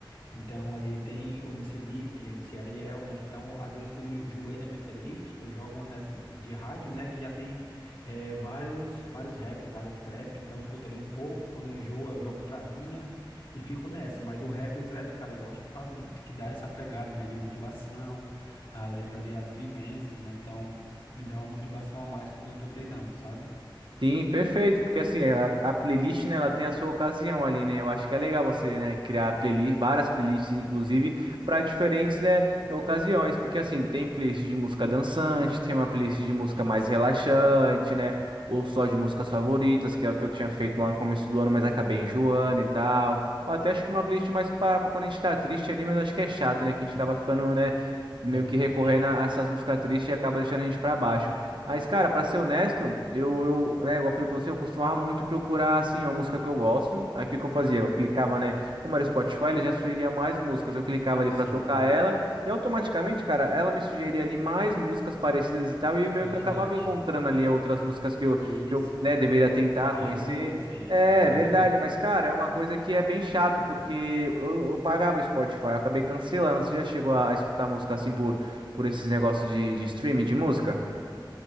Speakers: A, on the left; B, on the right.
A: Então ali tem o MC Lipe, MC Ariel, né? Então às vezes quando eu enjoei da minha playlist, eu jogo uma nessa de rádio, né? Que já tem eh, vários, vários raps, vários trap. Então eu escuto ali um pouco. Quando eu enjoo, eu jogo pra minha e fico nessa, mas o rap e o trap, cara, eu gosto por causa de- que dá essa pegada, né, de motivação, a letra ali, as vivências, né? Então, me dá uma motivação a mais quando eu tô treinando, sabe?
B: Sim, perfeito, porque assim, a, a playlist, né, ela tem a sua ocasião ali, né? Eu acho que é legal você, né, criar playlist, várias playlists, inclusive, para diferentes, né, ocasiões, porque assim, tem playlist de música dançante, tem uma playlist de música
A: Isso,
B: mais relaxante, né, ou só de músicas favoritas, que é o que eu tinha feito lá no começo do ano, mas acabei enjoando e tal. Ou até acho que uma playlist mais para quando a gente tá triste ali, mas acho que é chato, né, que a gente acaba ficando, né, meio
A: é verdade.
B: que recorrendo a essas músicas tristes e acaba deixando a gente para baixo. Mas, cara, pra ser honesto, eu, eu, né, igual eu falei pra você, eu costumava muito procurar, assim, a música que eu gosto. Aí o que que eu fazia? Eu clicava, né? Como era o Spotify, ele já sugeria mais músicas. Eu clicava ali
A: Sim,
B: pra tocar ela e automaticamente, cara, ela me sugeria ali mais músicas parecidas e tal. E meio
A: verdade.
B: que eu acabava encontrando ali outras músicas que eu,
A: Isso.
B: que eu, né, deveria tentar
A: Ajuda
B: conhecer.
A: muito isso aí,
B: É,
A: ajuda
B: verdade,
A: muito.
B: mas, cara, é uma coisa que é bem chato, porque eu, eu pagava o Spotify, eu acabei cancelando. Você já chegou a, a escutar música assim por, por esses negócios de, de streaming de música?